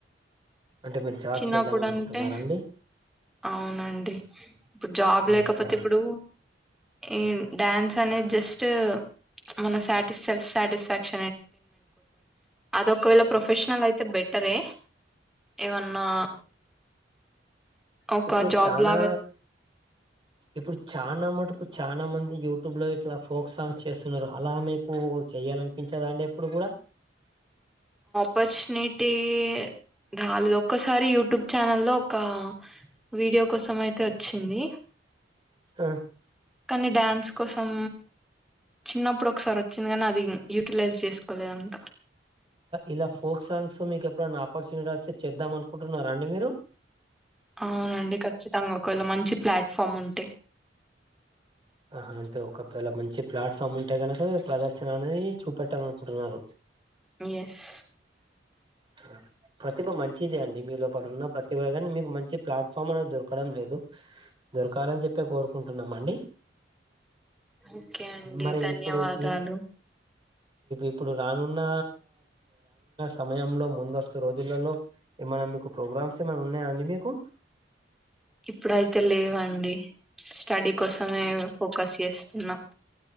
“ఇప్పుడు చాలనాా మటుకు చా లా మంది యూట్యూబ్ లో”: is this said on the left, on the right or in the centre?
Right